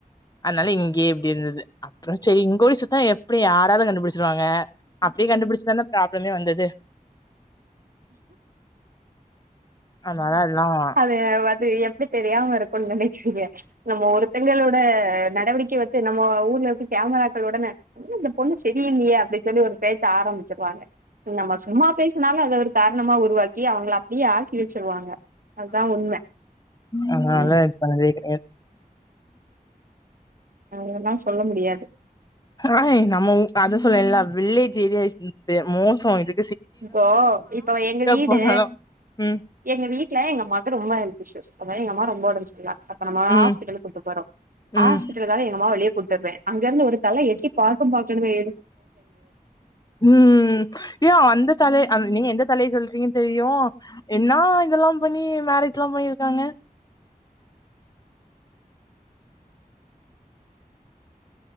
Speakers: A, on the left (about 25°); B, on the right (about 70°).
A: அதனால இங்கேயே இப்படி இருந்தது அப்றோம் செரி இங்கோடி சுத்துனா எப்படி யாராவது கண்டுபுடிச்சிருவாங்க அப்டி கண்டுபுடிச்சுதான பிராப்ளமே வந்தது அதனால அதெல்லாம்
B: அது வந்து எப்டி தெரியாம இருக்கனும்னு நெனைக்றீங்க நம்ம ஒருத்தங்களோட நடவடிக்கை வச்சு நம்ம ஊர்ல இருந்து கேமராக்களோடன ன்ன இந்த பொண்ணு செரியில்லயே அப் சொல்லி ஒரு பேச்சு ஆரம்பிச்சிருவாங்க நம்ம சும்மா பேசினாலும் அத ஒரு காரணமா உருவாக் எ அவங்களா யே ஆக்கி வெச்சிருவாங்க அதான் உண்ம
A: ஆஹ் நல்லா
B: ம்
A: இது பண்தே கெடையா
B: அதெல்லா சொல்ல முடியாது
A: ஆஹ் நம்ம அது சொல்லல்ல வில் <unintelligible> மோசோ அது
B: இப்போ இப்ப எங்க வீடு
A: போனாலும் ம்
B: எங்க வீட்ல எங்கமாக்கு ரொம்ப பயம் எங்க அப்பா ரொம்ப ஒடம்பு செரியில்ல அப்போ நம்ம
A: ம்
B: ஹாஸ்பிட்டல் கூட்டு போறோம் ஹாஸ்பிட்டல்காக
A: ம்
B: எங்க அம்மாவ வெளிய கூட்டு வர்வேன் அங்கருந்து ஓரு தல எட்டி பாக்குபாக்கன்னுமே
A: உம் யா அந்த தல அ நீங்க எந்த தலய சொல்றீங்கனு தெரியும் என்னா இதுலாம் பண்ணி மேரேஜ்லாம் பண்ணிருக்காங்க